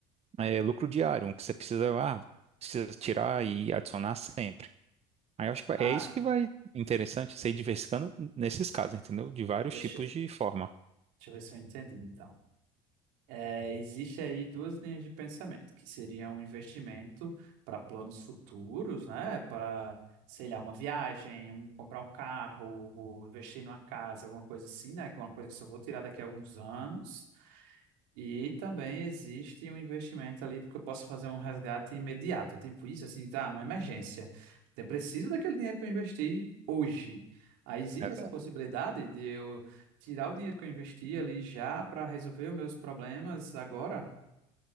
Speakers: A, on the right; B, on the right.
A: é, lucro diário, um que você precisa, ah, precisa tirar e adicionar sempre. Aí eu acho que vai-
B: Ah,
A: é isso que vai interessante, você ir diversificando nesses casos, entendeu? De vários
B: deixa,
A: tipos de forma.
B: deixa eu ver se eu entendi, então. É, existe aí duas linhas de pensamento, que seria um investimento para planos futuros, né? Para, sei lá, uma viagem, um, comprar um carro, ou investir numa casa, alguma coisa assim, né? Que é uma coisa que eu só vou tirar daqui a alguns anos. E também existe um investimento ali, porque eu posso fazer um resgate imediato. É Tipo isso, assim, tá, uma emergência. Eu preciso daquele dinheiro que eu investi hoje. Aí existe
A: Exato.
B: essa possibilidade de eu tirar o dinheiro que eu investi ali já para resolver os meus problemas agora?